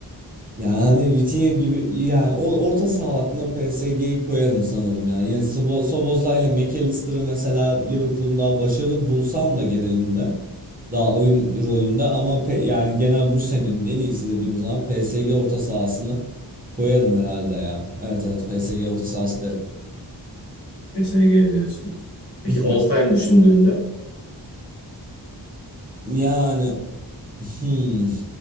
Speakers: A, on the right; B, on the left.
A: Yani Vitinha gibi yani o orta saha hattına PSG'yi koyarım sanırım yani. Yani Sobo- Sobozla ile McAllister'ı mesela Liverpool'un daha başarılı bulsam da genelinde. Daha oyun rolünde ama pe- yani genel bu senenin en iyisi dediğim zaman PSG orta sahasını koyarım herhalde ya. Evet evet PSG orta sahası derim.
B: PSG diyorsun. Peki
A: <laughs>
B: all time düşündüğünde
A: Yani hmm.